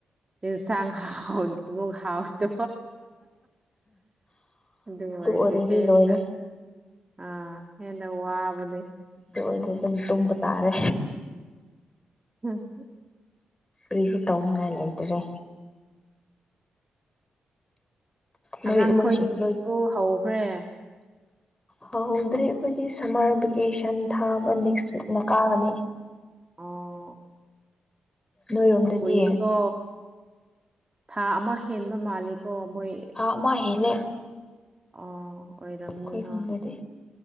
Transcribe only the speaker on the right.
ꯏꯟꯁꯥꯡ ꯍꯥꯎ ꯃꯒ ꯍꯥꯎ ꯇ ꯑꯗꯨ ꯑꯣꯏꯗꯤ
ꯍꯦꯟꯅ
ꯑ ꯍꯟꯅ ꯋꯥꯕꯗꯤ
ꯎꯝ
ꯑꯉꯥꯡꯈꯣꯏꯗꯤ
ꯁ꯭ꯀꯨꯜ ꯍꯧꯈ꯭ꯔꯦ
ꯑꯥ
ꯀꯨꯏꯌꯦꯀꯣ ꯊꯥ ꯑꯃ ꯍꯦꯟꯕ ꯃꯥꯜꯂꯤꯀꯣ ꯃꯣꯏ
ꯑ ꯑꯣꯏꯔꯝꯅꯤ
ꯍ